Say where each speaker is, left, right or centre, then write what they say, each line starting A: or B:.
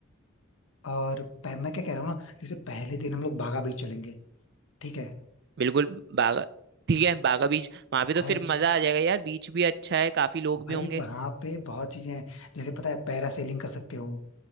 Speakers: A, on the left; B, on the right.
A: और पह- मैं क्या कह रहा हूँ ना जैसे पहले दिन हम लोग बागा बीच चलेंगे ठीक है
B: बिल्कुल बागा ठीक है बागा बीच वहां पे तो
A: और
B: फिर मजा आ जाएगा यार बीच भी अच्छा है काफी लोग
A: भाई
B: भी होंगे
A: वहां पे बहुत चीजें हैं जैसे पता है पैरासेलिंग कर सकते हो